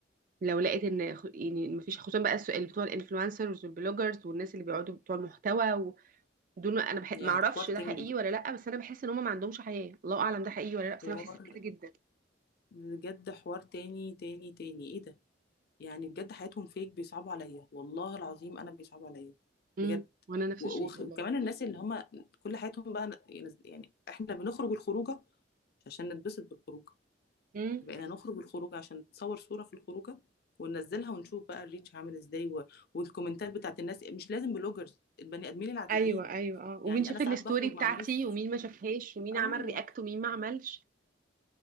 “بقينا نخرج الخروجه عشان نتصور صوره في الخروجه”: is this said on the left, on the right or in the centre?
Left